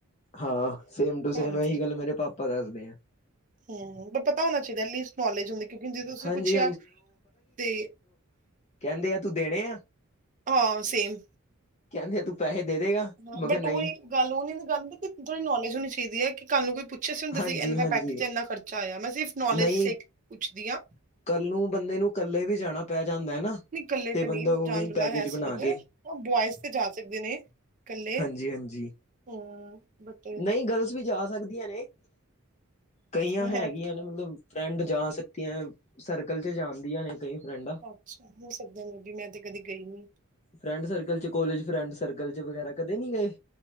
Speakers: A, on the left (about 30°); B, on the right (about 35°).
A: ਹਾਂ ਸੇਮ ਟੂ
B: ਹਾਂਜੀ
A: ਸੇਮ ਇਹੀ ਗੱਲ ਮੇਰੇ ਪਾਪਾ ਦੱਸਦੇ ਆ
B: ਹਮ ਪਰ ਪਤਾ ਹੋਣਾ ਚਾਈਦਾ ਐਲੀਸਟ ਨੌਲੇਜ ਹੁੰਦੀ ਕਿਉਂਕਿ ਜ ਤੁਸੀਂ
A: ਹਾਂਜੀ
B: ਪੁੱਛਿਆ ਤੇ
A: ਕੈਂਦੇ ਆ ਤੂੰ ਦੇਣੇ ਆ
B: ਹਾਂ ਸੇਮ
A: ਕੈਂਦੇ ਆ ਤੂੰ ਪੈਸੇ ਦੇ ਦੇਗਾ
B: ਹਾਂ
A: ਮਗਰ
B: ਬਟ
A: ਨਹੀਂ
B: ਉਹੀ ਗੱਲ ਉਹ ਨਹੀਂ ਹੁੰਦੀ ਗੱਲ ਹੁੰਦੀ ਕਿਜੇੜੀ ਨੋਲੇਜ ਹੋਣੀ ਚਾਹੀਦੀ ਹੈ ਕੱਲ ਨੂੰ ਕੋਈ ਪੁੱਛੇ ਸੀ
A: ਹਾਂਜੀ-ਹਾਂਜੀ
B: ਇੰਨਾ ਪੈਕੇਜ ਐਨਾ ਖਰਚਾ ਚਾਹ ਮੈਂ ਸਿਰਫ ਨੌਲੇਜ
A: ਨਹੀਂ
B: ਸ ਪੁੱਛਦੀ ਹਾਂ
A: ਕੱਲ ਨੂੰ ਬੰਦੇ ਨੂੰ ਕੱਲੇ ਵੀ ਜਾਣਾ ਪੈ ਜਾਂਦਾ ਹੈ ਨਾ
B: ਨੀ ਕੱਲੇ ਤੇ
A: ਬੰਦਾ
B: ਨਹੀਂ
A: ਉਵੇਂ
B: ਜਾਣ ਵਾਲਾ
A: ਪੈਕੇਜ
B: ਹੈ
A: ਬਣਾ
B: ਸੀਨ
A: ਕੇ
B: ਉਹ ਬੋਇਜ਼ ਤੇ ਜਾ ਸਕਦੇ ਨੇ। ਇਕੱਲੇ
A: ਹਾਂਜੀ ਹਾਂਜੀ
B: ਹਮ ਬਟ
A: ਨਹੀਂ ਗਰਲਸ ਵੀ ਜਾ ਸਕਦੀਆਂ ਨੇ ਗਈਆਂ
B: ਮੈਂ
A: ਹੈਗੀਆਂ ਨੇ ਮਤਲਬ ਫਰੈਂਡ
B: ਅੱਛਾ
A: ਜਾ ਸਕਦੀਆਂ ਸਰਕਲ ਚ ਜਾਂਦੀਆਂ ਨੇ ਕਈ ਫਰੈਂਡਾਂ
B: ਅੱਛਾ ਹੋ ਸਕਦਾ ਨੇ ਵੀ ਮੈਂ ਤੇ ਕਦੇ ਗਈ ਨੀ।
A: ਫਰੈਂਡ ਸਰਕਲ ਚ ਕੋਲੇਜ ਫਰੈਂਡ ਸਰਕਲ ਚ ਵਗੈਰਾ ਕਦੇ ਨੀ ਗਏ।